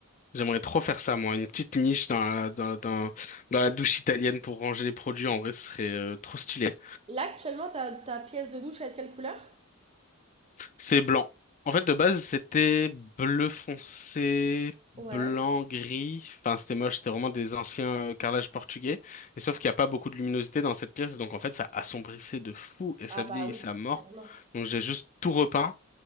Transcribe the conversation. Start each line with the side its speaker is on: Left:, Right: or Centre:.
Left: j'aimerais trop faire ça, moi. Une petite niche dans la, dans, dans, dans la douche italienne pour ranger les produits. En vrai, ce serait euh, trop stylé.
Right: Là, actuellement, ta, ta pièce de douche, elle est de quelle couleur?
Left: C'est blanc. En fait, de base, c'était bleu foncé, blanc,
Right: Ouais.
Left: gris. Enfin, c'était moche, c'était vraiment des anciens euh, carrelages portugais. Et sauf qu'il n'y a pas beaucoup de luminosité dans cette pièce, donc en fait, ça assombrissait de fou et
Right: Ah
Left: ça vieillissait
Right: bah oui,
Left: à mort.
Right: carrément.
Left: Donc j'ai juste tout repeint